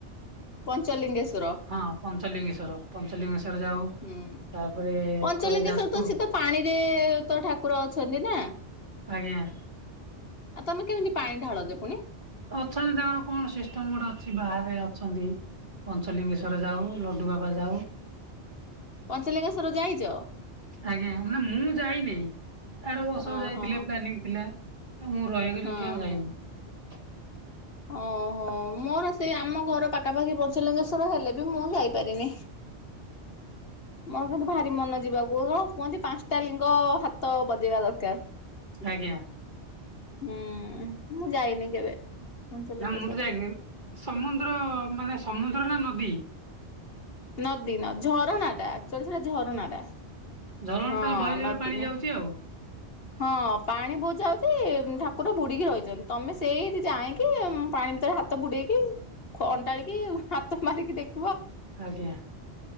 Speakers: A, on the left; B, on the right.
A: ପଞ୍ଚଲିଙ୍ଗେଶ୍ଵର
B: ହଁ ପଞ୍ଚଲିଙ୍ଗେଶ୍ଵର ପଞ୍ଚଲିଙ୍ଗେଶ୍ଵ ର
A: ହୁଁ
B: ତାପରେ
A: ପଞ୍ଚଲିଙ୍ଗେଶ୍ଵର
B: କରେ ଯାଜପୁର
A: ତ ଶୀତ ପାଣିରେ ତ ଠାକୁର ଅଛନ୍ତି ନା?
B: ଆଜ୍ଞା।
A: ଆଉ ତମେ କେମିତି ପାଣି ଢାଳ ଯେ ପୁଣି?
B: ଅଛନ୍ତି ତାଙ୍କର କଣ ସିଷ୍ଟମ ଗୋଟେ ଅଛି ବାହାରେ ଅଛନ୍ତି। ପଞ୍ଚଲିଙ୍ଗେଶ୍ଵର ଯାଉ, ଲଡୁ ବାବା ଯାଉ।
A: ପଞ୍ଚଲିଙ୍ଗେଶ୍ୱର ଯାଇଚ?
B: ଆଜ୍ଞା ନା ମୁଁ ଯାଇନି ଆର ବର୍ଷ
A: ଓହୋ
B: ଯାଇଥିଲ ପ୍ଲାନିଂ ଥିଲା। ମୁଁ ରହିଗଲି
A: ହଁ
B: ଏଠି ଆଉ
A: ହଁ।
B: ଯାଇନି।
A: ଓହୋ ମୋର ସେଇ ଆମ ଘର ପାଖାପାଖି ପଞ୍ଚଲିଙ୍ଗେଶ୍ଵର ହେଲେ ବି ମୁଁ ଯାଇପାରିନି ମୋର କିନ୍ତୁ ଭାରି ମନ ଯିବାକୁ କଣ କୁହନ୍ତି ପାଞ୍ଚଟା ଲିଙ୍କ ହାତ ବଜେଇବା ଦରକାର।
B: ଆଜ୍ଞା।
A: ହୁଁ ମୁଁ ଯାଇନି କେବେ। ପଞ୍ଚଲିଙ୍ଗେଶ୍ଵର।
B: ନା ମୁଁ ତ ଯାଇନି। ସମୁଦ୍ର ମାନେ ସମୁଦ୍ର ନା ନଦୀ?
A: ନଦୀ ନ, ଝରଣା ଟା। ସେଇଥିରେ ଝରଣା ଟା।
B: ଝରଣା
A: ହଁ
B: ତାହେଲେ ବହେ ଜୋରେ
A: ନଦୀ
B: ପାଣି
A: ନୁହ
B: ଯାଉଛି ଆଉ
A: ହଁ ପାଣି ବହିଯାଉଛି, ଠାକୁର ବୁଡିକି ରହିଛନ୍ତି, ତମେ ସେଇିଠି ଯାଇଁକି ପାଣି ଭିତରେ ହାତ ବୁଡେଇକି, ଅଣ୍ଡାଳିକି, ହାତ ମାରିକି ଦେଖି
B: ଆଜ୍ଞା।